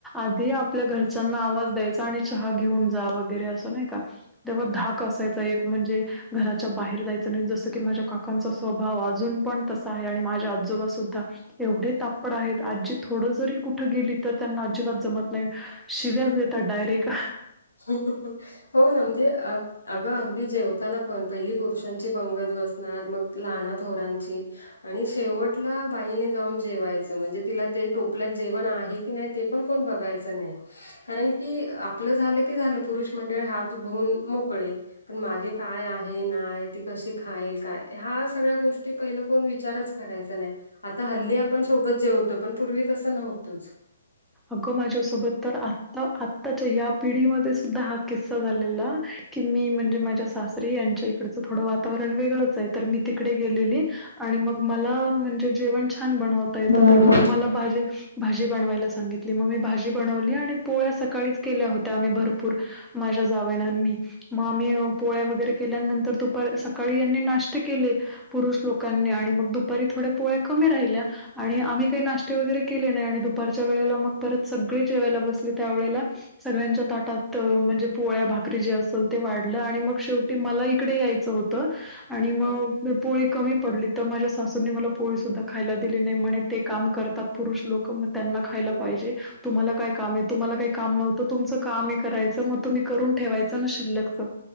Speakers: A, in the centre; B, on the left.
A: आधी आपल्या घरच्यांना आवाज द्यायचा आणि चहा घेऊन जा वगैरे असं नाही का. तेव्हा धाक असायचा. एक म्हणजे, घराच्या बाहेर जायचं नाही. जसं की माझ्या काका, लोकां स्वभाव अजून पण तसा आहे. आणि माझ्या आजोबा सुद्धा एवढे तापड आहेत. आजी थोडं जरी कुठं गेली, तर त्यांना अजिबात जमत नाही.
B: हो.
A: शिव्याच देतात डायरेक्ट.
B: हो ना म्हणजे अ अगं अगदी जेवताना पण पहिली पुरुषांची पंगत बसणार, मग लहाना थोरांची. आणि शेवटला बाईने जाऊन जेवायचं, म्हणजे तिला ते टोपल्यात जेवण आहे की नाही. ते पण कोण बघायचं नाही. कारण की आपलं झालं. झालं पुरुष मंडळी हात धुन मोकळे. पण मागे काय आहे नाय, ती कशी खाईल काय, हा सगळ्या गोष्टी पहिलं कोण विचारच करायचा नाही. आता हल्ली आपण सोबत जेवतो पण पूर्वी तसं नव्हतंच.
A: अगं माझ्यासोबत तर आता आत्ताच्या या पिढीमध्ये सुद्धा हा किस्सा झालेला. की मी म्हणजे माझ्या सासरी यांच्या इकडंच थोडं वातावरण वेगळच आहे. तर मी तिकडे गेलेली. आणि मग मला म्हणजे जेवण छान बनवता येतं.
B: बनवतात
A: तर मग मला भाजी भाजी बनवायला, सांगितली मग मी भाजी बनवली. आणि पोळ्या सकाळीच केल्या होत्या आम्ही भरपूर. माझ्या जावेने अन् मी. मग आम्ही पोळ्या वगैरे केल्यानंतर दुपारी सकाळी यांनी नाष्टे केले. पुरुष लोकांनी आणि मग दुपारी थोड्या पोळ्या कमी राहिल्या. आणि आम्ही काही नाश्ते वगैरे केले नाही. आणि दुपार. वेळेला मग परत सगळी जेवायला बसली. त्यावेेळेला, सगळ्यांच्या ताटात म्हणजे पोळ्या भाकरी जे असेल ते वाढलं. आणि मग शेव ते मला इकडे यायचं होतं. आणि मग
B: हा
A: पोळी कमी पडली, तर माझ्या सासूंनी मला पोळी सुद्धा खायला दिली नाही. म्हणे ते काम करतात पुरुष लोक म त्यांना खायला
B: बर
A: पाहिजे. तुम्हाला काय काम आहे. तुम्हाला काही काम नव्हतं, तुमचं काम आहे करायचं मग तुम्ही करून ठेवायचं न शिल्लकच.